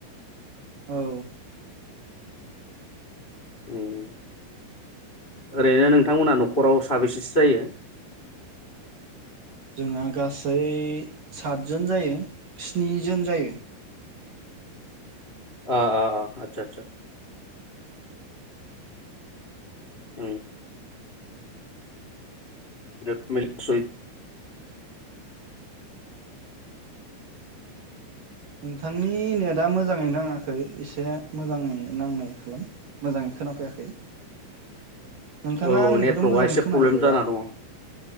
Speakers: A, on the right; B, on the left.
A: औ।
B: उम ओरैनो नोंथांमोना न'खराव साबेसेसो जायो?
A: जोंहा गासै सातजोन जायो स्निजोन जायो।
B: अ अ आतसा आतसा। उम। <unintelligible>
A: नोंथांनि नेटआ मोजांङै नांङाखै एसे मोजांङै नांनाय खालाम मोजांङै खोनाफैयाखै। नोंथाङा
B: औ
A: आंनिखौथ'
B: नेटवर्कआ
A: मोजाङै
B: एसे
A: खोनाहैदो
B: प्रब्लेम जाना
A: दा
B: दंङ